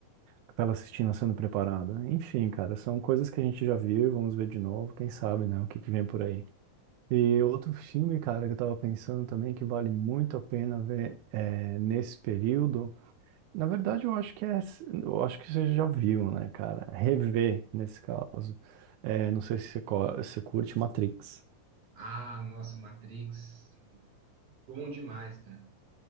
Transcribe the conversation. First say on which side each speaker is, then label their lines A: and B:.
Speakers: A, on the right (about 80°); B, on the right (about 65°).
A: a Capela Sistina sendo preparada. Enfim, cara, são coisas que a gente já viu e vamos ver de novo. Quem sabe, né, o que que vem por aí. E outro filme, cara, que eu tava pensando também que vale muito a pena ver é, nesse período. Na verdade, eu acho que é, eu acho que você já viu, né, cara? Rever nesse caso. É, não sei se você, co- se você curte Matrix.
B: Ah, nossa, Matrix, bom demais, cara.